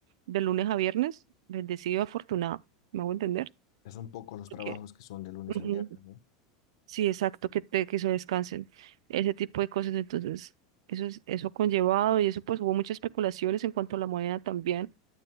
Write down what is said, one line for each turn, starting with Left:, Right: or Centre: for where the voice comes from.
Right: de lunes a viernes, bendecido, afortunado, ¿me hago entender?
Left: Que son pocos los
Right: Porque
Left: trabajos que son de lunes
Right: ujú,
Left: a viernes, ¿no?
Right: sí, exacto, que te que se descansen, ese tipo de cosas, entonces eso es, eso conllevado y eso pues hubo muchas especulaciones en cuanto a la moneda también